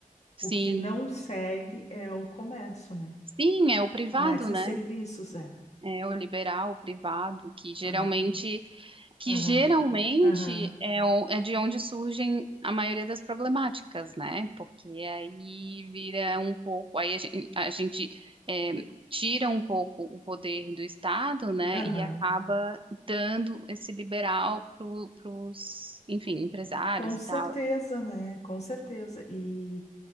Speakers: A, on the right (about 40°); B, on the left (about 50°).
A: Sim,
B: O que não segue é o comércio, né?
A: sim, é o privado,
B: Comércio
A: né?
B: e serviços, é.
A: É o liberal, o privado, que geralmente,
B: Ah,
A: que
B: Aham,
A: geralmente
B: aham,
A: é, o- é de onde surgem a maioria das problemáticas, né? Porque aí vira um pouco, aí a gente, a gente, é, tira um pouco o poder do Estado, né?
B: aham.
A: E acaba dando esse liberal para os, enfim, empresários
B: Com certeza,
A: e tal.
B: né? Com certeza. E,